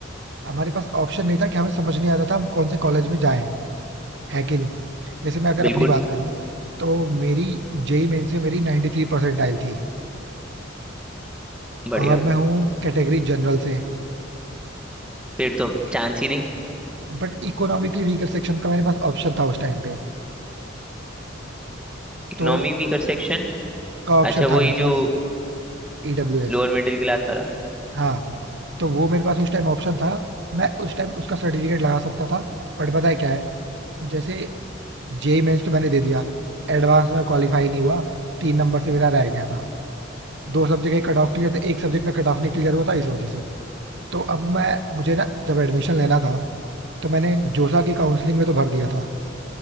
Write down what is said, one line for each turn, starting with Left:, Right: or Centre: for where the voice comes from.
Right: हमारे पास ऑप्शन नहीं था कि हमें समझ नहीं आता था हम कौन से कॉलेज में जाएं है कि नहीं जैसे मैं अगर
Centre: बिल्कुल
Right: अपनी बात करूं तो मेरी जेई मेन से मेरी 93 परसेंटाइल थी
Centre: बढ़िया
Right: और मैं हूँ कैटेगरी जनरल से
Centre: फिर तो चांस ही नहीं
Right: बट इकोनॉमिकली वीकर सेक्शन का मेरे पास ऑप्शन था उस टाइम पे
Centre: Economy
Right: तो
Centre: weaker section
Right: का ऑप्शन
Centre: अच्छा
Right: था
Centre: वही
Right: मेरे पास
Centre: जो
Right: EW S
Centre: लोअर मिडिल क्लास वाला
Right: हाँ तो वो मेरे पास उस टाइम ऑप्शन था मैं उस टाइम उसका सर्टिफिकेट लगा सकता था बट पता है क्या है जैसे जेई मेन्स तो मैंने दे दिया एडवांस में क्वालिफाई नहीं हुआ तीन नंबर से मेरा रह गया था दो सब्जेक्ट एक कट ऑफ क्लियर थे एक सब्जेक्ट में कट ऑफ नहीं क्लियर हुआ था इस वजह से तो अब मैं मुझे ना जब एडमिशन लेना था तो मैंने जोसा की काउंसलिंग में तो भर दिया था